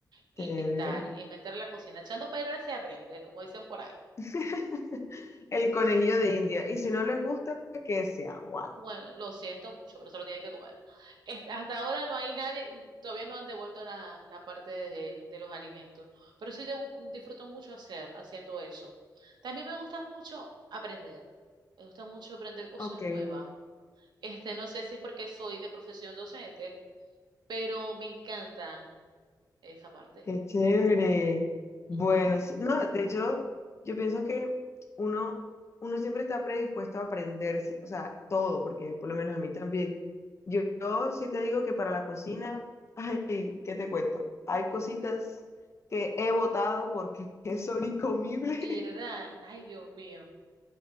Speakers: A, on the right; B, on the left.
A: inventar,
B: Chévere.
A: inventar la cocina. Echando a perder se aprende, como dicen por ahí.
B: <laughs> El conejillo de India. Y si no les gusta, que se aguante.
A: Bueno, lo siento mucho, pero se lo tienen que comer. Es- Hasta ahora no hay nadie, todavía no han devuelto la, la parte de, de los alimentos, pero sí debu- disfruto mucho hacer, haciendo eso. También me gusta mucho aprender, me gusta mucho aprender cosas
B: Ok.
A: nuevas. Este, no sé si es porque soy de profesión docente, pero me encanta esa parte.
B: Qué chévere. Bueno,
A: Ujú.
B: sí- no, de hecho, yo pienso que uno, uno siempre está predispuesto a aprender, sí, o sea, todo, porque por lo menos a mí también. Yo, yo sí te digo que para la cocina, <laughs> ay, ¿qué te cuento? Hay cositas que he votado porque <laughs> son incomibles,
A: ¿Verdad? Ay, Dios mío.